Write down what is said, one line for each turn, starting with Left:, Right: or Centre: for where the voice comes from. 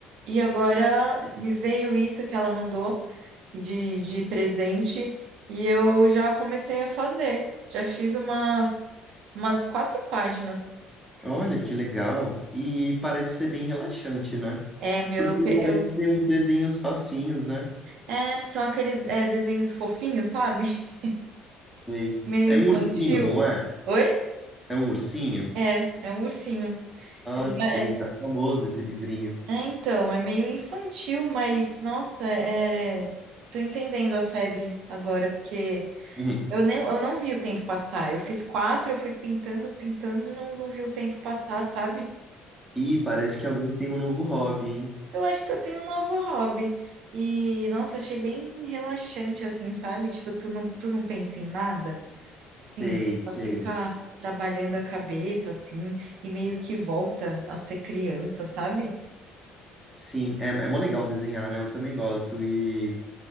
Right: e agora me veio isso que ela mandou de, de presente e eu já comecei a fazer. Já fiz umas, umas quatro páginas.
Centre: Olha que legal. E parece ser bem relaxante, né?
Right: É, meu,
Centre: Porque
Right: eu, pe-
Centre: parece
Right: eu-
Centre: ser uns desenhos facinhos, né?
Right: é, são aqueles, é, desenhos fofinhos, sabe? <laughs>
Centre: Sei.
Right: Meio
Centre: É
Right: infantil.
Centre: um ursinho, não é?
Right: Oi?
Centre: É um ursinho?
Right: É, é um ursinho.
Centre: Ah,
Right: É,
Centre: sei,
Right: é,
Centre: tá famoso esse livrinho.
Right: É, então, é meio infantil, mas nossa, é... é, tô entendendo a febre agora, porque
Centre: Uhum.
Right: eu nem, eu não vi o tempo passar. Eu fiz quatro, eu fui pintando, pintando e não, não vi o tempo passar, sabe?
Centre: E parece que alguém tem um novo hobby, hein?
Right: Eu acho que eu tenho um novo hobby. E, nossa, achei bem relaxante, assim, sabe? Tipo, tu não, tu não pensa em nada,
Centre: Sei,
Right: assim,
Centre: sei.
Right: só fica trabalhando a cabeça, assim, e meio que volta a ser criança, sabe?
Centre: Sim, é, é mó legal desenhar, né? Eu também gosto. E